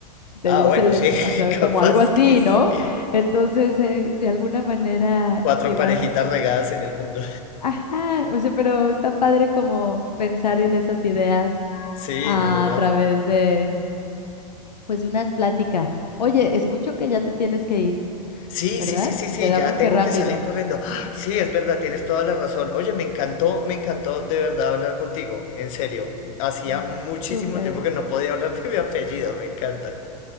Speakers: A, on the left; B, on the left.
A: de
B: Ah,
A: dos
B: bueno,
A: elementos,
B: sí,
A: o sea,
B: <laughs>
A: como
B: capaz
A: algo así,
B: que sí.
A: ¿no? Entonces, eh, de alguna manera,
B: Cuatro
A: si vas,
B: parejitas regadas en el mundo.
A: ajá, o sea, pero está padre como pensar en esas ideas
B: Sí,
A: a
B: no, no, no.
A: través de, pues, de una plática. Oye, escucho que ya te tienes que ir,
B: Sí,
A: ¿verdad?
B: sí, sí, sí, sí,
A: Quedamos
B: ya tengo
A: que rápido.
B: que salir corriendo. ¡Ah! Sí, es verdad, tienes toda la razón. Oye, me encantó, me encantó de verdad hablar contigo, en serio. Hacía
A: Mm.
B: muchísimo
A: Súper.
B: tiempo que
A: <laughs>
B: no podía hablar de mi apellido, me encanta.